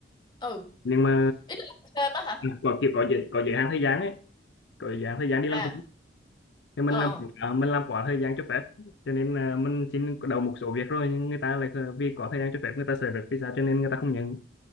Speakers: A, on the left (about 25°); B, on the left (about 80°).
A: Ừ.
B: Nhưng mà
A: Ý là làm thêm á hả?
B: à, có kiểu có giới có giới hạn thời gian ấy, có giới hạn thời gian đi làm
A: À.
B: thì mình
A: Ờ.
B: làm à, mình làm quá thời gian cho phép cho nên à, mình xin đầu một số việc rồi nhưng người ta lại à, vì có thời gian cho phép người ta sợ phép visa cho nên người ta không nhận